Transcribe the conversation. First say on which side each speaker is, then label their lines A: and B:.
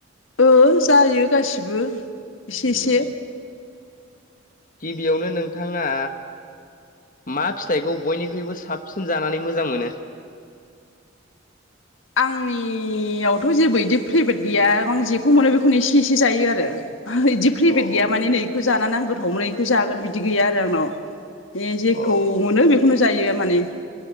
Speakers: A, on the left; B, on the left.
A: ओ जायो गासिबो एसे
B: उम
A: एसे
B: गिबियावनो नोंथाङा मा फिथाइखौ बयनिख्रुइबो साबसिन जानानै मोजां मोनो
A: आंनि यावथ' जेबो इदि फेभ्रेट गैया आं जेखौ मोनो बेखौनो एसे एसे जायो आरो? इदि फ्रेभेट
B: औ
A: गैया
B: औ
A: माने नै बेखौ जाना आं गौथावमोनो बेखौ जागोन बिदि गैया आरो आंनाव। बे जेखौ
B: औ
A: मोनो बेखौनो जायो माने